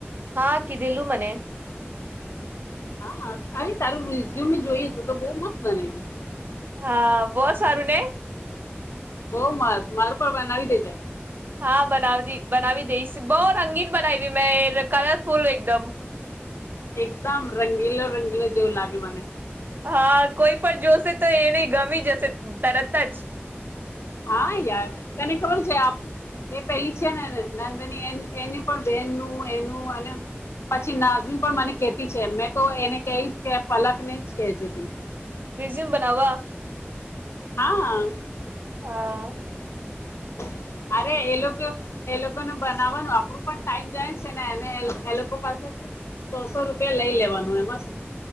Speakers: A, on the right (about 50°); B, on the left (about 85°).
A: હા કીધેલું મને
B: હા સારી સારું રેસુમેં જોયું હતું તો બોઉ મસ્ત બનાયું
A: હા બહ સારું ને
B: બઉ મસ મારું પણ બનાવી દેજે
A: હા બનાવી દી બનાવી દઈસ બહુ રંગીન બનાવી મેં કલરફુલ એકદમ
B: એકદમ રંગીલો રંગીલો જેવું લાગે મને
A: હા કોઈ પણ જોશે તો એને ગમી જશે તરત જ
B: હા યાર તને ખબર છે આપ એ પેલી છે નેને નંદાની એ એની પણ બેહેનનું એનું અને પછી નાઝમીન પણ મને કતી છે મેં તો એને કહીશ કે પલકને જ કેજે તું
A: રેઝિયમ બનાવા
B: હા
A: હા
B: હ <unintelligible> અરે એ લોકો એ લોકોને બનાવાનું આપડું પણ ટાઈમ જાય છે ને એ એ લોકો પાસેથી સોસો રૂપિયા લઈ લેવાનું એમાં શું